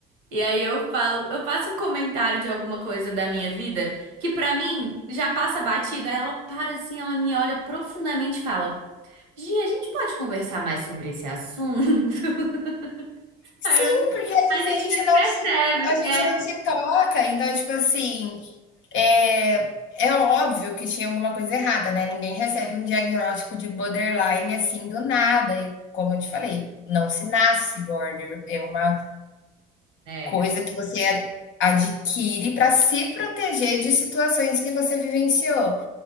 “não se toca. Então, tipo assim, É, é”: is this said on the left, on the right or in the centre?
Left